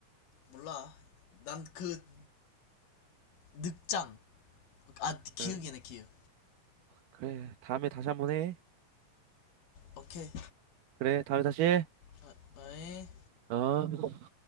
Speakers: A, on the left; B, on the right.
A: 몰라 난 그 늑장 아 기억이네
B: 응.
A: 기억
B: 그래. 다음에 다시 한번 해.
A: 오케이
B: 그래. 다음에 다시 해.
A: 어, 어이
B: 아,